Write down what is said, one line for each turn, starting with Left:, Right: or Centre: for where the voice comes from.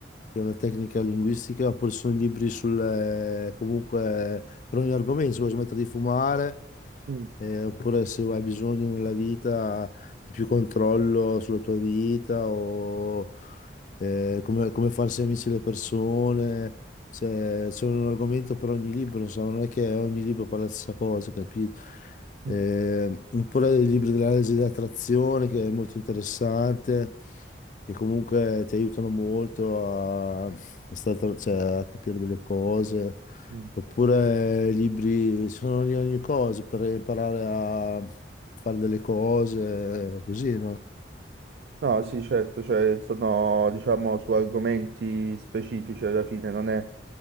Left: che è una tecnica linguistica, oppure ci sono libri sul, eh, comunque, per ogni argomento, se vuoi smettere di fumare,
Right: Mm,
Left: eh, oppure se hai bisogno nella vita di più controllo sulla tua vita, o eh, come, come farsi amici le persone. Cioè, c'è un argomento per ogni libro, insomma, non è che ogni libro parla la stessa cosa, capito?
Right: mm,
Left: Eh, oppure il libro della legge dell'attrazione, che è molto interessante, che comunque ti aiutano molto a, a stare tra- cioè, a capire delle cose.
Right: mm.
Left: Oppure libri, sono ogni, ogni cosa per imparare a fare delle cose, così, no?
Right: No, sì, certo, cioè sono, diciamo, su argomenti specifici alla fine, non è